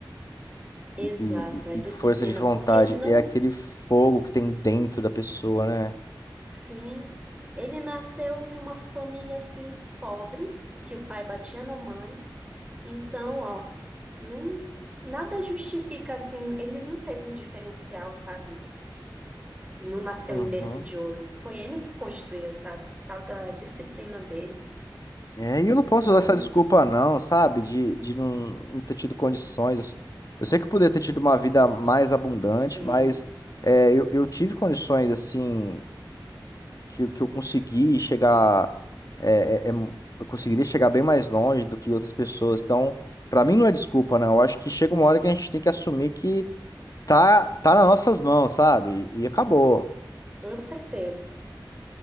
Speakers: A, on the right; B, on the left.
A: Exato,
B: e,
A: é
B: e-
A: disciplina,
B: e força de vontade.
A: porque ele não,
B: É aquele fogo que tem dentro da pessoa, né?
A: sim, ele nasceu em uma família assim pobre, que o pai batia na mãe. Então, ó, não, nada justifica assim, ele não teve um diferencial, sabe? Não nasceu
B: Uhum.
A: em berço de ouro. Foi ele que construiu, sabe? Tal da disciplina dele.
B: É, e eu não posso
A: Então,
B: usar essa desculpa, não, sabe? De, de não, não ter tido condições. Eu sei que eu poderia ter tido uma vida mais abundante,
A: sim.
B: mas é, eu, eu tive condições, assim, que, eu- que eu consegui chegar. é, é, é, eu conseguiria chegar bem mais longe do que outras pessoas. Então, pra mim, não é desculpa, não. Eu acho que chega uma hora que a gente tem que assumir que tá, tá nas nossas mãos, sabe? E, acabou.
A: Com certeza,